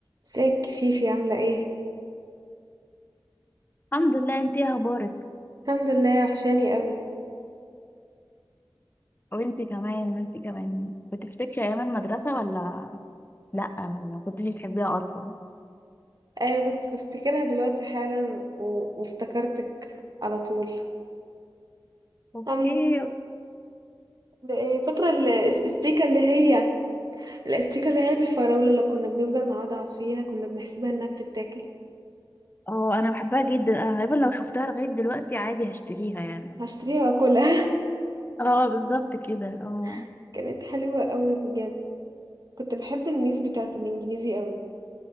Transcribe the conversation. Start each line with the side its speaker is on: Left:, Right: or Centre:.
Right: ازيك فيفي عاملة ايه؟
Left: الحمد لله انت ايه اخبارك
Right: الحمد لله وحشاني قوي
Left: وانت كمان وانت كمان بتفتكري ايام المدرسه ولا لا ولا كنتي بتحبيها اصلا
Right: ايوه كنت بفتكرها دلوقتي حالا و... وافتكرتك على طول
Left: اوكي
Right: أم... ده إيه، فاكرة الاستيكة اللي هي الاستيكة اللي هي بالفراولة اللي كنا بنفضل نقعد فيها كنا بنحسبها انها بتتاكل
Left: اه انا بحبها جدا انا غالبا لو شفتها لغايه دلوقتي عادي هشتريها يعني
Right: هشتريها واكلها
Left: اه بالظبط كده اه
Right: <laughs> كانت حلوة قوي بجد كنت بحب الميس بتاعة الانجليزي قوي